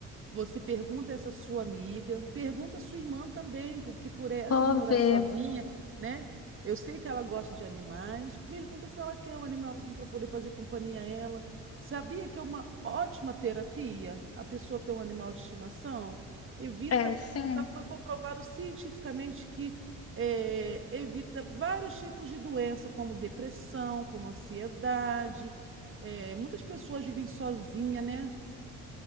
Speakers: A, on the right (about 45°); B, on the left (about 50°).
A: Você pergunta essa sua amiga, pergunta a sua irmã também, porque por ela
B: vou
A: morar
B: ver.
A: sozinha, né? Eu sei que ela gosta de animais. Pergunta se ela quer um animalzinho para poder fazer companhia a ela. Sabia que é uma ótima terapia a pessoa ter um animal de estimação? Evita,
B: É, sim.
A: já foi comprovado cientificamente que é, evita vários tipos de doença, como depressão, como ansiedade. É, muitas pessoas vivem sozinha, né?